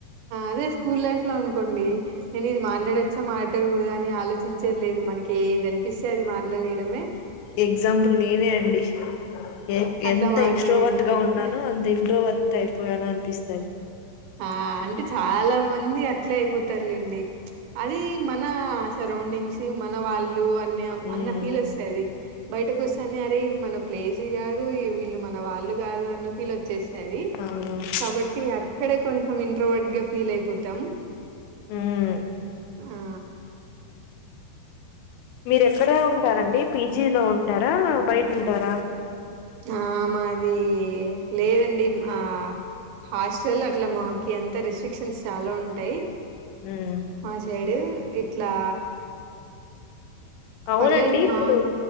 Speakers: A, on the right; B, on the left.
A: అదే స్కూల్ లైఫ్ లో అనుకోండి నేను ఇది మాట్లాడవచ్చా మాట్లాడకూడదా అని ఆలోచించ లేదు మనకి ఏది అనిపిస్తే అది మాట్ ట్లాడేయడమే
B: ఎగ్జాంపుల్ నేనే అండి ఎ
A: అట్లా
B: ఎంత
A: మాట్లాడేయడమే
B: ఎక్స్ క్స్ట్రోవర్ట్ గా ఉన్నానో అంత ఇంట్రో వర్ట్ అయిపోయానని అనిపిస్తుంది నది
A: ఆ అంటే చాలా మంది అట్లే అయిపోతారులేండి అది మన సరౌండింగ్స్ మన వాళ్ళు లు
B: ఉమ్
A: అన్న ఫీల్ వస్తది బయటకు వస్తానే అరే ఇది మన ప్లేసే కాదు వీళ్ళు మన వాళ్ళు కాదు అన్న వీల్ వచ్చేస్తది
B: అవునవును
A: కాబట్టి మ <unintelligible> ఇంట్రోవర్ట్ గా ఫీ ఫీల్ అయిపోతాం
B: ఉమ్
A: ఆ
B: మీర ఎక్కడ ఉంటారండి పీజీలో ఉంటారా బయట ఉంటారా
A: ఆ మాది లేదండి మా హాస్టల్ అట్లా మాకి అంత రిస్ట్రిక్షన్స్ చాలా ఉంటాయి
B: ఉమ్
A: మా సైడ్ ఇట్లా
B: అవునండి
A: పర్లేండి
B: ఇప్పుడు
A: మా